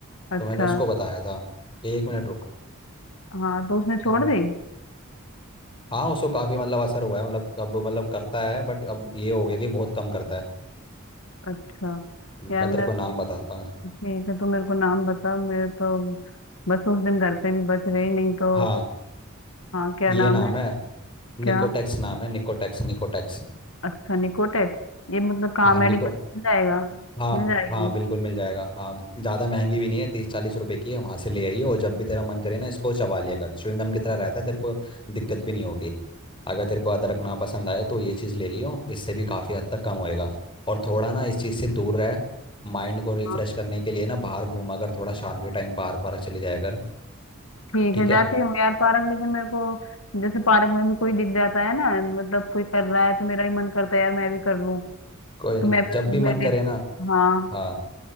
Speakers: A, on the left (about 75°); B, on the left (about 25°).
A: अच्छा
B: तो मैंने उसको बताया था एक मिनट
A: हाँ तो उसने छोड़
B: रुक
A: दी
B: हाँ उसको काफ़ी मतलब असर हुआ है मतलब अब मतलब करता है बट अब ये हो गया कि बहुत कम करता है
A: अच्छा
B: मैं
A: यार मैं
B: तेरे को नाम बताता हूँ
A: ठीक है तू मेरे को नाम बता मेरे तो बस उस दिन घर पे भी बच गई नहीं तो
B: हाँ
A: हाँ क्या नाम
B: ये नाम
A: है
B: है
A: क्या
B: निकोटेक्स नाम है निकोटेक्स निकोटेक्स
A: अच्छा निकोटेक्स ये मतलब कहाँ
B: हाँ
A: मेडिकल
B: निको
A: मिल जाएगा
B: हाँ
A: मिल जाएगी
B: हाँ बिल्कुल मिल जाएगा हाँ ज़्यादा महंगी भी नहीं है तीस चालीस रुपए की है वहाँ से ले आइए और जब भी तेरा मन करे ना इसको चबा लिया कर च्युइंग गम की तरह रहता है तेरे को दिक्कत भी नहीं होगी अगर तेरे को अदरक ना पसंद आए तो ये चीज़ ले लियो इससे भी काफ़ी हद तक कम होएगा और थोड़ा ना इस चीज़ से दूर रह माइंड को रिफ्रेश
A: हाँ,
B: करने के लिए ना बाहर घूमा कर थोड़ा शाम के टाइम पार्क वार्क चले जाया कर
A: ठीक
B: ठीक
A: है जाती
B: है
A: हूँ यार पार्क लेकिन मेरे को जैसे पार्क में भी कोई दिख जाता है ना मतलब कोई कर रहा है तो मेरा भी मन करता है यार मैं भी कर लूँ
B: कोई नहीं
A: तो मैं
B: जब
A: भी
B: भी मन
A: ले
B: करे
A: ले
B: ना
A: हाँ
B: हाँ